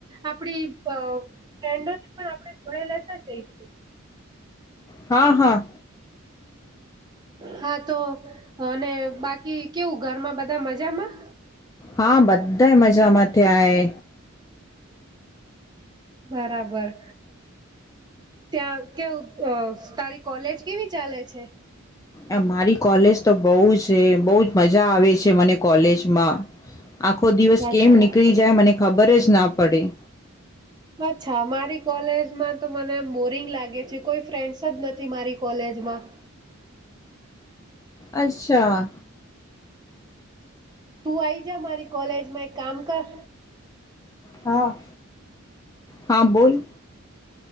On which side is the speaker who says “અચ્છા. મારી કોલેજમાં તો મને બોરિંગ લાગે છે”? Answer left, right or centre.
Right